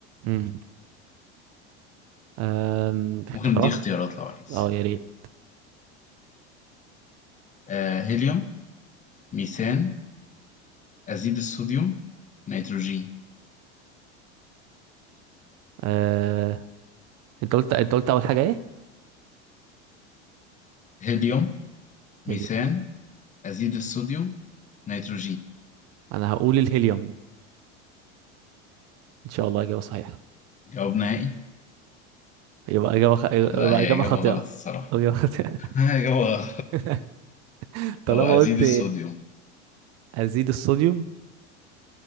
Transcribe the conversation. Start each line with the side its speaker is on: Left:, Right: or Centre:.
Right: امم آم، اختيارات
Left: ممكن دي اختيارات لو عايز
Right: اه يا ريت
Left: آه هيليوم ميثان أزيد الصوديوم نيتروجين
Right: آه انت قلت انت قلت اول حاجه ايه
Left: هيليوم ميثان
Right: هيليوم
Left: أزيد الصوديوم نيتروجين
Right: انا هقول الهيليوم ان شاء الله اجابه صحيحه
Left: جواب نهائي
Right: يبقى اجابه خ... يبقى
Left: لا هي
Right: اجابه
Left: إجابة
Right: خاطئه
Left: غلط الصراحة
Right: او اجابه خاطئه
Left: <laughs> هاي هو
Right: <laughs> طالما
Left: هو
Right: قلت
Left: أزيد الصوديوم
Right: ازيد الصوديوم